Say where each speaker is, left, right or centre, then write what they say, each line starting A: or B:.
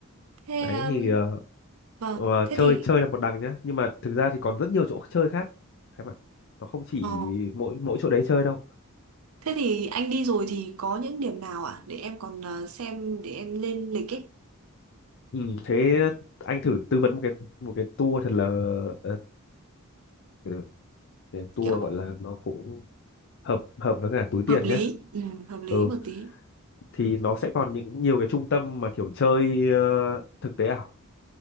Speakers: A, on the right; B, on the left.
A: thế
B: đấy
A: um,
B: thì ờ,
A: vâng
B: ờ,
A: thế
B: chơi
A: thì
B: chơi là một đằng nhá, nhưng mà thực ra thì còn rất nhiều chỗ chơi khác em ạ. Nó không chỉ
A: ờ,
B: mỗi mỗi chỗ đấy chơi đâu.
A: thế thì anh đi rồi thì có những điểm nào ạ để em còn ờ, xem để em lên lịch ấy
B: Ừ, thế anh thử tư vấn một cái một cái tour thật là ờ, cái cái tour
A: kiểu
B: gọi là nó cũng hợp hợp với cả túi tiền
A: hợp lý
B: nhé
A: ừ, hợp lý
B: ừ
A: một tí
B: thì nó sẽ còn những nhiều cái trung tâm mà kiểu chơi ờ, thực tế ảo